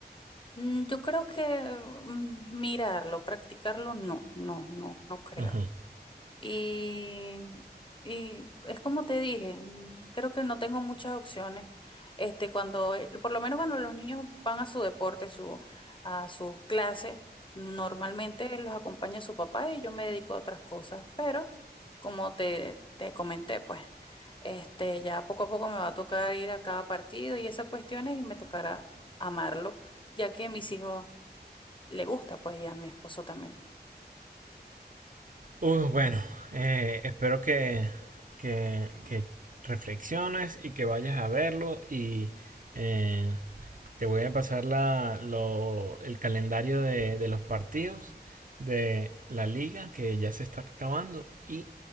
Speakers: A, on the left; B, on the right.
A: Mm, Yo creo que mm, mirarlo, practicarlo, no, no, no, no creo.
B: Ajá.
A: Y, y es como te dije, mm, creo que no tengo muchas opciones. Este, cuando, eh, por lo menos cuando los niños van a su deporte, su, a sus clases, normalmente los acompaña su papá y yo me dedico a otras cosas. Pero, como te, te comenté, pues, este, ya poco a poco me va a tocar ir a cada partido y esas cuestiones y me tocará amarlo, ya que a mis hijos le gusta, pues, y a mi esposo también.
B: Uh, bueno, eh, espero que, que, que reflexiones y que vayas a verlo y eh, te voy a pasar la, lo, el calendario de, de los partidos de la liga que ya se está acabando y